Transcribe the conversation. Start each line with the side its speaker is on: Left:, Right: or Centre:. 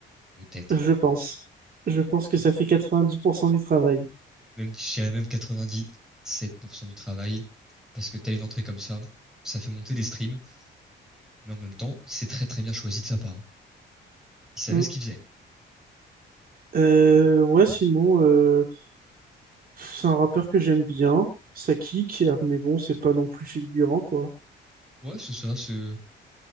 Centre: Peut-être.
Right: je pense. Je pense que ça fait 90% du travail.
Centre: Même, je dirais même 97% du travail, parce que t'as une entrée comme ça, ça fait monter des streams, mais en même temps, c'est très très bien choisi de sa part. Il savait
Right: Mm.
Centre: ce qu'il faisait.
Right: Euh, ouais, sinon, euh, pff, c'est un rappeur que j'aime bien, ça kick, euh, mais bon, c'est pas non plus fulgurant, quoi.
Centre: Ouais, c'est ça, c'est,